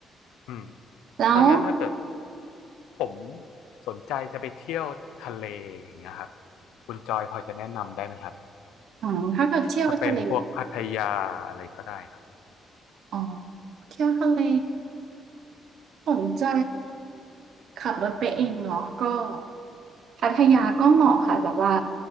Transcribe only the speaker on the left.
อืม
ถ้างั้นถ้าเกิดผมสนใจจะไปเที่ยวทะเลอย่างเงี้ยครับคุณจอยพอจะแนะนำได้ไหมครับ
ถ้าเป็นพวกพัทยาอะไรก็ได้ครับ